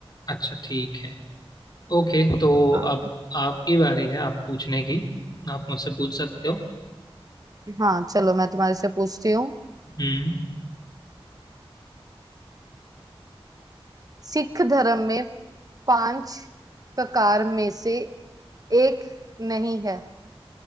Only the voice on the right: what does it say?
हाँ
हाँ चलो मैं तुम्हारे से पूछती हूँ
सिख धर्म में पांच ककार में से एक नहीं है